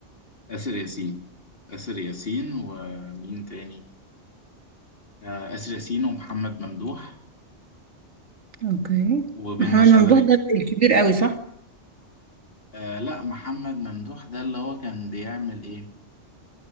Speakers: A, on the left; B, on the right.
A: آسر ياسين آسر ياسين ومين تاني آه، آسر ياسين ومحمد ممدوح
B: اوكي
A: ومنة
B: محمد
A: شلبي
B: ممدوح ده الكبير قوي صح
A: آه لا محمد ممدوح ده اللي هو كان بيعمل إيه